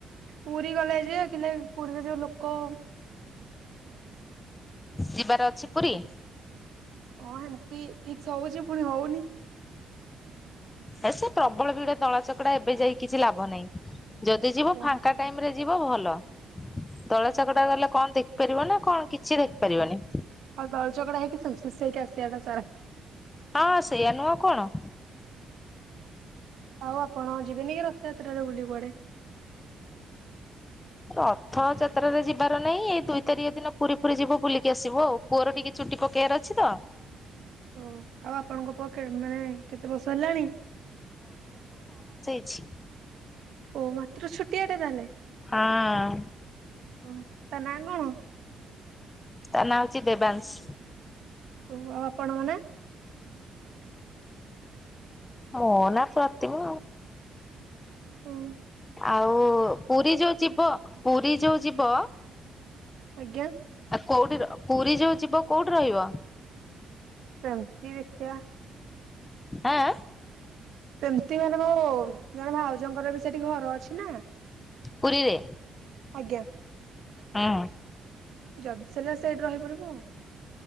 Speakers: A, on the right; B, on the left.
A: ପୁରୀ ଗଲେ ଯେେ ପୁରୀରେ ଯୋଉ ଲୋକ କ
B: ଯିବାର ଅଛି ପୁରୀ
A: ହଁ ସେମତି ଠିକ୍ସ ହଉଛି ପୁଣି ହଉନି
B: ଏ ସେ ପ୍ରବଳ ବି ଗୁଟେ ତଳା ଚକଡା ଏବେ ଯାଇ କିଛି ଲାଭ ନାହିଁ ଯଦି
A: ହଁ
B: ଯିବ ଫାଙ୍କା ଟାଇମ ରେ ଯିବ ଭଲ ତଳ ଚାକଟା ଗଲେ କଣଖ ଦେଖପାରିବ ନା କଣ କିଛି ଦେଖିପାରିବନି
A: ଆଉ ଗଳ ଗଡା ହେଇକି ସଂସୃସ ହେଇକି ଆସିବାଟା ସାରା
B: ହଁ ସେଇଆା ନୁହଁ କଣ
A: ଆଉ ଆପଣ ଯିବେନି କି ରଥଯାତ୍ରାରେ ବୁଲି କୁଆଡେ
B: ରର୍ଥଯାତ୍ରାରେ ଯିବାର ନାହିଁ ଏଇ ଦୁଇ ତାରିଖ ଦିନ ପୁରୀ ପୁରୀ ଯିବୁ ବୁଲିକି ଆସିବ ଆଉ ପୁଅର ଟିକେ ଚୁଟି କ କେୟାର ଅଛି ତ
A: ଓ ଆଉ ଆପଣଙ୍କ ପକ୍ଷେ ମାନେ କେତେ ବର୍ଷ ହେଲାଣି
B: ଛି
A: ଓ ମାତ୍ର ଛୁଟିଆ ଟେ ତାହଲେ
B: ହଁ
A: ହଁ ତା ନାଁ କଣ
B: ତା ନାଁ ହଉଛି ଦେବାଂଶ
A: ଓ ଆଉ ଆପଣଙ୍କ ନାଁ?
B: ମୋନା ପ୍ରତିମା
A: ଓ
B: ଆଉ ପୁରୀ ଯୋଉ ଯିବ ପୁରୀ ଯୋଉ ଯିବ
A: ଆଜ୍ଞା
B: କୋଉଠି ପୁରୀ ଯୋଉ ଯିବ କୋଉଠି ରହିବ
A: ପମତି ଦେଖିବା
B: ଆଁ
A: ସେମିତି ମାନେ ମୋ ଜଣେ ଭାଉଜଙ୍କର ବି ସେଠି ଘର ଅଛି ନା
B: କୁଡ଼ିିଲେ
A: ଆଜ୍ଞା
B: ହଁ
A: ଯଦି ସରିଲା ସେଇଠି ରହିପାରିବୁ ଆଉ